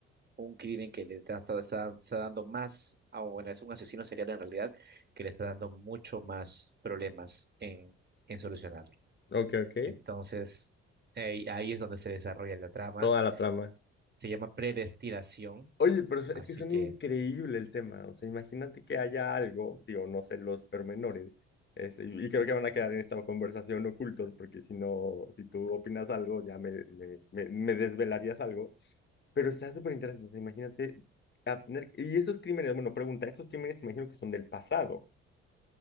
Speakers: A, on the right; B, on the left.
A: un crimen que le da- está, está- está dando más, ah, bueno, es un asesino serial en realidad, que le está dando mucho más problemas en, en solucionarlo.
B: ok, ok,
A: Entonces, eh, ahí es donde se desarrolla la trama.
B: toda la trama.
A: Se llama Predestinación.
B: Oye, pero es
A: Así
B: que son
A: que,
B: increíble el tema. O sea, imagínate que haya algo, digo, no sé los pormenores, este, y, y creo que van a quedar en esta conversación ocultos, porque si no, si tú opinas algo, ya me, me, me, me desvelarías algo. Pero está súper interesante. o sea, imagínate a tener. Y esos crímenes, bueno, pregunta, esos crímenes imagino que son del pasado,